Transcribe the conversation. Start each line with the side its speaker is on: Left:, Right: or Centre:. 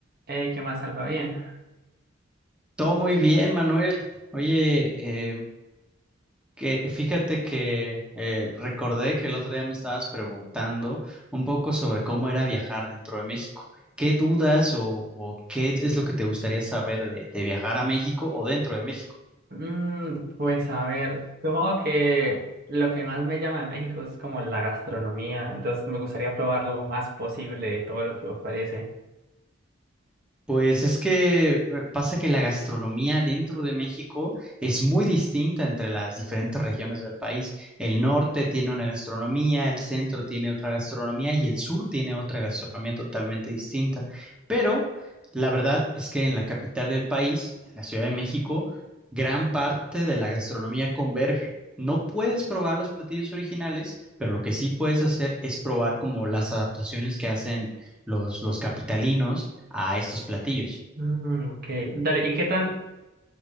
Right: Eh, ¿qué más salva bien?
Centre: Todo muy bien, Manuel. Oye, eh, que fíjate que eh, recordé que el otro día me estabas preguntando un poco sobre cómo era viajar dentro de México. ¿Qué dudas o, o qué es lo que te gustaría saber de de viajar a México o dentro de México?
Right: Mm, pues a ver, supongo que lo que más me llama de México es como la gastronomía, entonces me gustaría probar lo más posible de todo lo que ofrece.
Centre: Pues es que eh, pasa que la gastronomía dentro de México es muy distinta entre las diferentes regiones del país. El norte tiene una gastronomía, el centro tiene otra gastronomía y el sur tiene otra gastronomía totalmente distinta. Pero la verdad es que en la capital del país, en la Ciudad de México, gran parte de la gastronomía converge. No puedes probar los platillos originales, pero lo que sí puedes hacer es probar como las adaptaciones que hacen los, los capitalinos a estos platillos.
Right: Mm, ok, dale, ¿y qué tan,